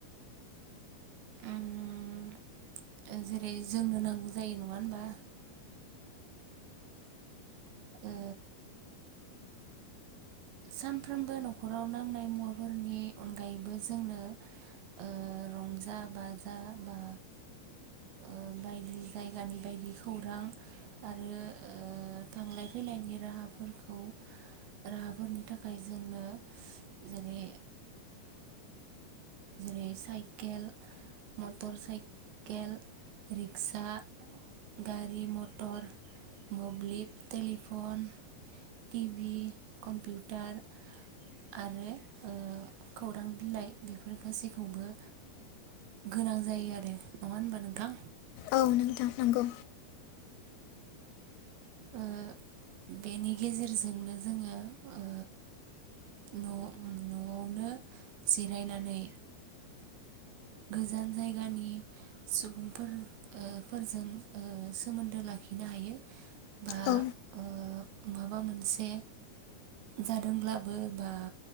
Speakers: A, on the right (about 75°); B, on the left (about 80°).
A: ओम जेरै जोंनो नांगौ जायो नङा होनबा ओ सानफ्रोमबो न'खराव नांनाय मुवाफोरनि अनगायैबो जोंनो ओ रंजा बाजा बा ओ बायदि जायगानि बायदि खौरां आरो ओ थांलाय फैलायनि राहाफोरखौ राहाफोरनि थाखाय जोंनो जेरै जेरै साइकेल मटर साइकेल रिक्सा गारि मटर मोब्लिब टेलिफन टिभि कम्पिउटार आरो ओ खौरां बिलाइ बेफोर गासैखौबो गोनां जायो आरो नङा होनबा नोंथां
B: औ नोंथां नंगौ
A: ओ बेनि गेजेरजोंनो जोंङो ओ न' न'आवनो ओ जिरायनानै गोजान जायगानि सुबुंफोर ओ फोरजों ओ सोमोन्दो लाखिनो हायो बा
B: औ
A: ओ माबा मोनसे जादोंब्लाबो बा